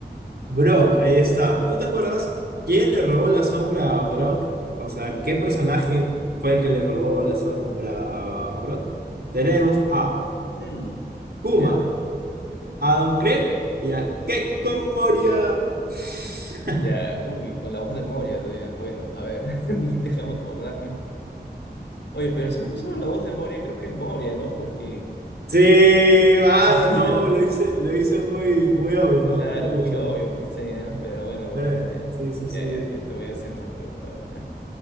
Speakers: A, on the right (about 65°); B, on the left (about 80°).
A: Brock, ahí está. ¿Tú te acuerdas quién le robó la sombra a Brock? O sea, ¿qué personaje fue el que le robó la sombra a Brock? Tenemos a
B: Mm,
A: Kuma,
B: ya.
A: a Don Krieg y a Kekko Moria. <laughs>
B: Ya, uy, con la voz de Moria todavía. Bueno, a ver, <laughs> déjame acordarme. Oye, pero si has usado la voz de Moria, creo que es Moria, ¿no? Porque,
A: Sí, ah,
B: <laughs> ya,
A: no,
B: ve-
A: no, lo hice, lo hice muy, muy obvio, ¿no?
B: claro,
A: Pucha,
B: muy obvio, pues, sí, ¿ah? Pero bueno, bueno,
A: veré,
B: dale.
A: sí, sí,
B: Ya,
A: sí.
B: ya, ya, yo te voy a hacer una pregunta ahora, ¿ya?